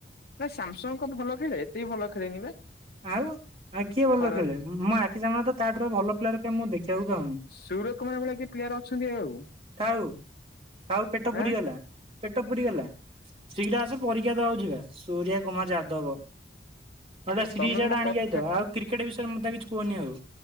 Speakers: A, on the left; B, on the right.
A: ନା ସାମସଙ୍ଗ କୋଉଠୁ ଭଲ ଖେଳେ ଏତେ ବି ଭଲ ଖେଳେନି ବା।
B: ଆଉ ଆଉ କିଏ ଭଲ
A: ଖରା
B: ଖେଳେ ମୋ ଆଖି ସାମନାରେ ତ ତାଠାରୁ ଆଉ ଭଲ ପ୍ଲେୟର କାଇଁ ମୁଁ ଦେଖିବାକୁ ପାଉନି।
A: ସୁର କୁମାର ଭଳିଆ କିଏ ପ୍ଲେୟାର ଅଛନ୍ତି ଆଉ
B: ଥାଉ ଥାଉ ପେଟ ପୁରିଗଲା
A: ଆଁ।
B: ପେଟ ପୁରି ଗଲା ଶିଘ୍ର ଆସ ପରୀକ୍ଷା ଦବାକୁ ଯିବା ସୂରୟା କୁମାର ଯାଦବ। ଗୋଟେ
A: ନା
B: ସିରିଜଟା
A: ତମେ ମୋ
B: ଆଣିକି
A: କଥା।
B: ଆଇଥାଅ ଆଉ କ୍ରିକେଟ ବିଷୟରେ ମୁଁତେ କିଛି କହନି ଆଉ।